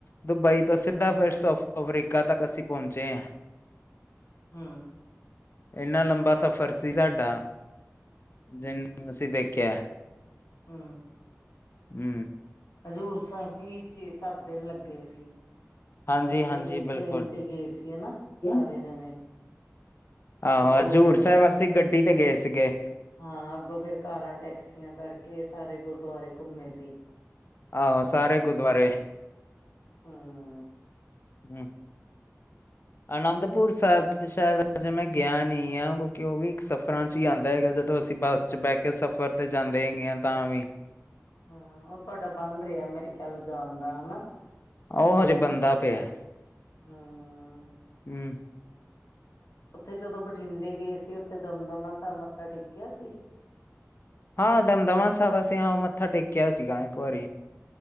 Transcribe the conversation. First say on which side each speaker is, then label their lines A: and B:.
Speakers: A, on the left; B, on the left.
A: ਦੁਬਈ ਤੋਂ ਸਿੱਧਾ
B: ਹਮ
A: ਫੇਰ ਸਾਊਥ ਅਫਰੀਕਾ ਤੱਕ ਅਸੀਂ ਪਹੁੰਚੇ ਆਂ।
B: ਹੁ।
A: ਇੰਨਾ ਲੰਬਾ ਸਫ਼ਰ ਸੀ ਸਾਡਾ ਜਿਨੂੰ ਅਸੀਂ ਦੇਖਿਆ।
B: ਹੁ।
A: ਹੁ।
B: ਹਜ਼ੂਰ ਸਾਹਿਬ ਵੀ ਛੇ ਸੱਤ ਦਿਨ ਲੱਗੇ ਸੀ।
A: ਹਾਂਜੀ
B: ਉੱਥੇ
A: ਹਾਂਜੀ ਬਿਲਕੁਲ
B: ਟ੍ਰੇਨ ਤੇ ਗਏ ਸੀ ਹਨਾ
A: ਹੂੰ
B: ਸਾਰੇ ਜਾਣੇ।
A: ਆਹੋ
B: ਅੱਗੋਂ
A: ਹਜ਼ੂਰ
B: ਫਿਰ,
A: ਸਾਹਿਬ ਅਸੀਂ ਗੱਡੀ ਤੇ ਗਏ ਸੀਗੇ
B: ਹਾਂ ਅੱਗੋਂ ਫਿਰ ਕਾਰਾਂ, ਟੈਕਸੀ <unintelligible> ਕਰਕੇ ਸਾਰੇ ਗੁਰਦੁਆਰੇ ਘੁੰਮੇ ਸੀ।
A: ਆਹੋ ਸਾਰੇ ਗੁਰਦੁਆਰੇ
B: ਹਾਂ
A: ਹੂੰ ਅਨੰਦਪੁਰ ਸਾਹਿਬ ਵੀ ਸ਼ਾਇਦ ਅਜੇ ਮੈਂ ਗਿਆ ਨਹੀਂ ਆ ਕਿਉਂਕਿ ਉਹ ਵੀ ਇੱਕ ਸਫ਼ਰਾਂ 'ਚ ਹੀ ਆਂਦਾ ਹੈਗਾ। ਜਦੋਂ ਅਸੀਂ ਬੱਸ
B: ਹਾਂ
A: 'ਚ ਬਹਿ ਕੇ ਸਫ਼ਰ ਤੇ ਜਾਂਦੇ ਹੈਗੇ ਹਾਂ ਤਾਂ ਵੀ।
B: ਹੂੰ ਉਹ ਤੁਹਾਡਾ ਬਣ ਰਿਹਾ ਮੇਰੇ ਖਿਆਲ ਜਾਣ ਦਾ ਹਨਾ।
A: ਉਹ ਹਜੇ ਬਣਦਾ ਪਿਆ।
B: ਹਮ
A: ਹੂੰ
B: ਉੱਥੇ ਜਦੋਂ ਬਠਿੰਡੇ ਗਏ ਸੀ ਉੱਥੇ ਦਮਦਮਾ ਸਹਿਬ ਮੱਥਾ ਟੇਕਿਆ ਸੀ?
A: ਹਾਂ ਦਮਦਮਾ ਸਾਹਿਬ ਅਸੀਂ ਮੱਥਾ ਟੇਕਿਆ ਸੀਗਾ ਇੱਕ ਵਾਰੀ।